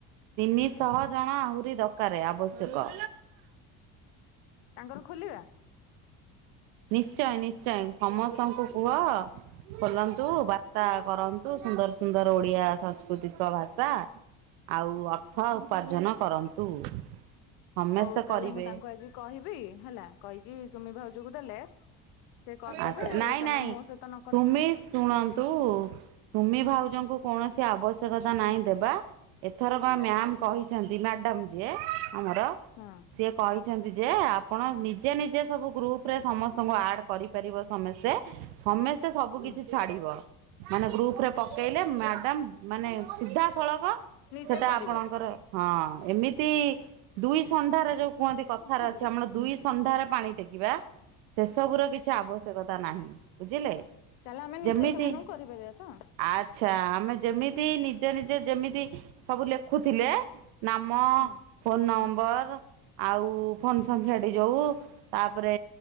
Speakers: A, on the right (about 80°); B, on the left (about 75°).
A: ତିନିଶ ଶହ ଜଣ ଆହୁରି ଦକ ଆବଶ୍ୟକ।
B: ତାଙ୍କର ଖୋଲିବା?
A: ନିଶ୍ଚୟ ନିଶ୍ଚୟ ସମସ୍ତଙ୍କୁ କୁହ ଖୋଲନ୍ତୁ ତା କରନ୍ତୁ ସୁନ୍ଦର ସୁନ୍ଦର ଓଡିଆ ସାଂସ୍କୃତିକ ଭାଷା ଆଉ ଅର୍ଥ ଉପାର୍ଜନ କରନ୍ତୁ। ସମସ୍ତେ
B: ହଉ ତାହେଲେ
A: କରିବେ
B: ମୁଁ ତାଙ୍କୁ ଆଜି କହିବି, ହେଲା କହିକି ସୁମି ଭାଉଜକୁ ଦେଲେ ସେ କରିଦେବେ
A: ଆଛା ନାଇଁ
B: ତମେ
A: ନାଇଁ
B: ମୋ ସହିତ ନ କଥା
A: ସୁମି ଶୁଣନ୍ତୁ, ସୁମି ଭାଉଜଙ୍କୁ କୌଣସି ଆବଶ୍ୟକତା ନାହିଁ ଦେବା ଏଥର ମ୍ୟାମ କହିଛନ୍ତି, ମ୍ୟାଡ଼ାମ ଯେ ଆମର
B: ହଁ
A: ସିଏ କହିଛନ୍ତି, ଯେ ଆପଣ ନିଜେ ନିଜେ ସବୁ ଗ୍ରୁପ ରେ ସମସ୍ତଙ୍କୁ ଆଡ କରିପାରିବ ସମସ୍ତେ ସମସ୍ତେ ସବୁ
B: ହୁଁ
A: କିଛି ଛାଡିବ ମାନେ ଗ୍ରୁପ ରେ ପକେଇଲେ ମ୍ୟାଡାମ ମାନେ ସିଧାସଳଖ
B: ନିଜେ
A: ସେଟା
B: କରିବେ
A: ଆପଣଙ୍କର ହଁ ଏମିତି ଦୁଇ ସନ୍ଧ୍ୟାରେ
B: ହୁଁ
A: ଯୋଉ କୁହନ୍ତି, କଥାର ଅଛି ଆମର ଦୁଇ ସନ୍ଧ୍ୟାରେ ପାଣି ଟେକିବା ସେସବ କି ଆବ୍ୟକତା ନାହିଁ ବୁଝିଲେ,
B: ତାହେଲେ ଆମେ
A: ଯେମିତି
B: ନିଜେ ସେମାନଙ୍କୁ କରିପାରିବା ତ
A: ଆଛା, ଆମେ ଯେମିତି ନିଜେ ନିଜେ ଯେମିତି ସବୁ ଲେଖୁଥିଲେ ଆମ
B: ହଁ
A: ଫୋନ ନମ୍ବର ଆ ଯ ତାପରେ